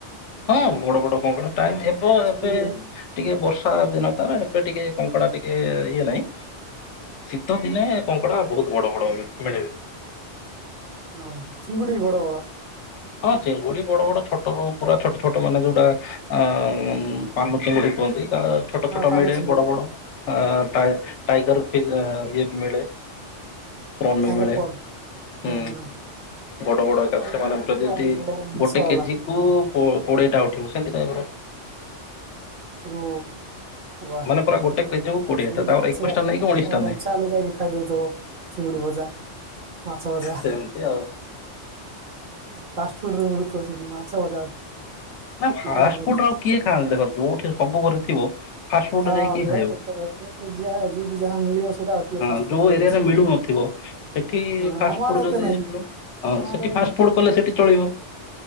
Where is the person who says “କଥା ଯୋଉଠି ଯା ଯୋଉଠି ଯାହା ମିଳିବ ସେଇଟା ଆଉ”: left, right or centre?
Right